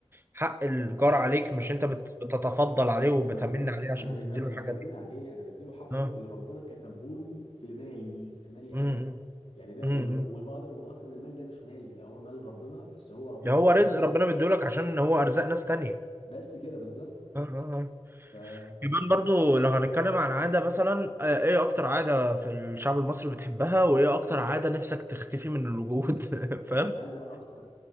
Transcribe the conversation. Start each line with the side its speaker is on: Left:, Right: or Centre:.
Right: حق الجار عليك مش أنت بت- بتتفضل عليه
Left: انا
Right: وبتمن
Left: انا ما-
Right: عليه عشان
Left: انا مش
Right: بتديله
Left: ب... انا
Right: الحاجة
Left: مش بمن
Right: دي
Left: عليه انا بديله حقه
Right: اه
Left: اللي ربنا كتبه له في مالي في مالي
Right: مم.
Left: انا يعني ده
Right: مم.
Left: و-
Right: مم.
Left: والبعض يقول اصلا المال ده مش مالي ده هو مال ربنا بس هو ربنا
Right: ده هو رزق ربنا مديهولك عشان هو أرزاق ناس تانية
Left: بس كده بالظبط
Right: اه اه آه.
Left: فانا
Right: كمان برضو لو هنتكلم عن عادة مثلا آه، ايه اكتر عادة في الشعب المصري بتحبها وايه اكتر عادة نفسك تختفي من الوجود <laughs> فاهم
Left: اكتر